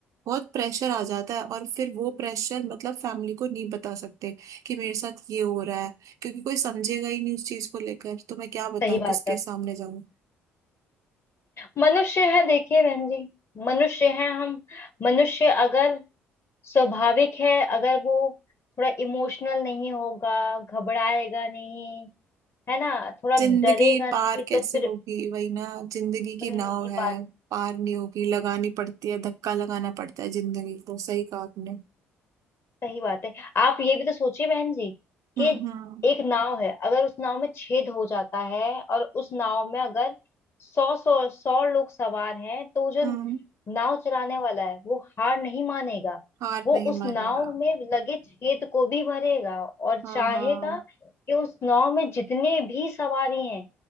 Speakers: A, on the right (about 60°); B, on the left (about 40°).
A: बहुत प्रेशर आ जाता है और फिर वो प्रेशर मतलब फैमिली को नहीं बता सकते कि मेरे साथ ये हो रहा है क्योंकि कोई समझेगा ही नहीं उस चीज को लेकर तो मैं क्या बताऊं
B: सही बात
A: किसके
B: है
A: सामने जाऊं
B: मनुष्य है देखिए बहन जी मनुष्य है हम मनुष्य अगर स्वाभाविक है अगर वो थोड़ा इमोशनल नहीं होगा घबराएगा नहीं है ना थोड़ा
A: जिंदगी
B: डरेगा नहीं
A: पार कैसे
B: तो फिर
A: होगी वही ना जिंदगी की
B: जिंदगी
A: नाव है
B: पाल सकते
A: पार नहीं होगी लगानी पड़ती है धक्का लगाना पड़ता है जिंदगी को सही कहा आपने
B: सही बात है आप ये भी तो सोचिए बहन जी
A: हम्म
B: कि
A: हम्म
B: एक नाव है अगर उस नाव में छेद हो जाता है और उस नाव में अगर सौ सौ सौ लोग सवार हैं तो वो जो
A: हम्म
B: नाव चलाने वाला है वो हार नहीं मानेगा
A: हार
B: वो
A: नहीं
B: उस
A: मानेगा
B: नाव में लगे छेद को भी भरेगा और
A: हाँ
B: चाहेगा
A: हाँ
B: कि उस नाव में जितने भी सवारी हैं